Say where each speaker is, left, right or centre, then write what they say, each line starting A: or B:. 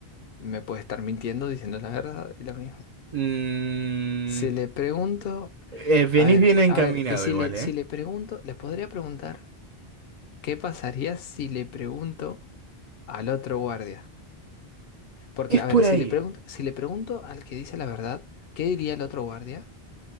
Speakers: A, on the left; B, on the right.
A: me puede estar mintiendo diciendo la verdad y lo mismo.
B: Mm,
A: Si le pregunto
B: eh, venís
A: A ver,
B: bien encaminado
A: a ver, y si
B: igual,
A: le,
B: ¿eh?
A: si le pregunto, les podría preguntar, ¿qué pasaría si le pregunto al otro guardia? Porque,
B: Es
A: a
B: por
A: ver,
B: ahí.
A: si le pregunto, si le pregunto al que dice la verdad, ¿qué diría el otro guardia?